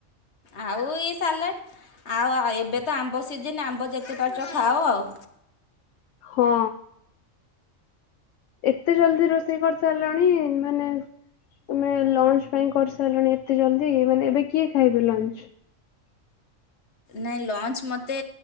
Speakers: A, on the left; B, on the left.
A: ଆଉ ଏଇ ସାଲାଡ଼ ଆଉ ଏବେ ତ ଆମ୍ବ ସିଜନ୍ ଆମ୍ବ ଯେତେ ପାରୁଛ ଖାଅ ଆଉ।
B: ହଁ ଏତେ ଜଲ୍ଦୀ ରୋଷେଇ କରି ସାରିଲଣି ମାନେ ତମେ ଲଞ୍ଚ ପାଇଁ କରିସାରିଲଣି ଏତେ ଜଲଦି ମାନେ ଏବେ କିଏ ଖାଇବ ଲଞ୍ଚ?
A: ନାଇଁ ଲଞ୍ଚ ମୋତେ